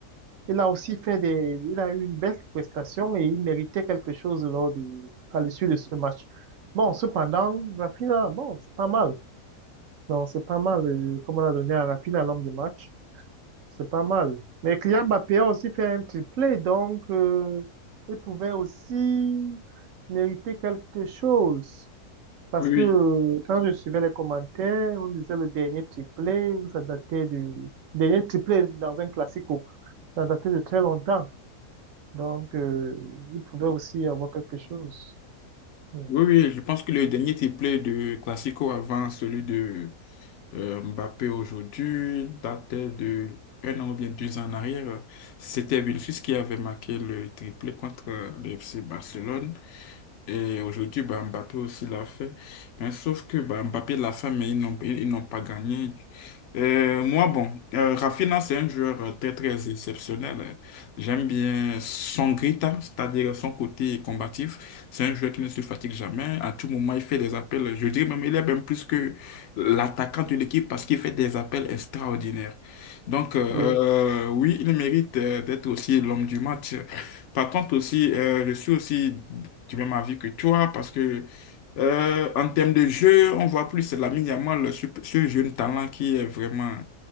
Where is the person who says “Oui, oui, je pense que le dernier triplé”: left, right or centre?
Left